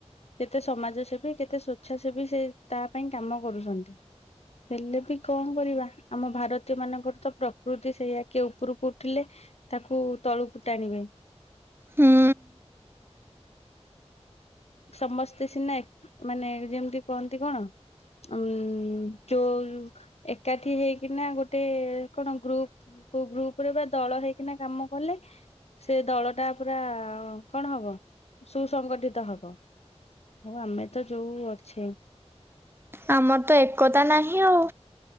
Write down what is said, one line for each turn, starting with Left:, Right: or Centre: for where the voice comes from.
Left: କେତେ ସମାଜ ସେେବୀ କେତେ ସ୍ଵେଚ୍ଛାସେବୀ ସେ ତା ପାଇଁ କାମ କରୁଛନ୍ତି ହେଲେ ବି କଣ କରିବା ଆମ ଭାରତୀୟ ମାନଙ୍କର ତ ପ୍ରକୃତି ସେଇଆା କେ ଉପରକୁ ଉଠିଲେ ତାକୁ ତଳକୁ। ଟାଣିବେ।
Right: ହୁଁ
Left: ସମସ୍ତେ ସିନା ମାନେ ଯେମିତି କହନ୍ତି କଣ ଉ ଯୋଉ ଏକାଠି ହେଇକିନା ଗୋଟେ କଣ ଗ୍ରୁପ ଗ୍ରୁପ ରେ ବା ଦଳ ହେଇକିନା କାମ କଲେ ସେ ଦଳ ଟା ପୁରା କଣ ହବ ସ ସଂଗଠିତ ହବ ଆଉ ଆମେ ତ ଯୋଉ ଅଛେ।
Right: ଆମର ତ ଏକତା ନାହିଁ ଆଉ।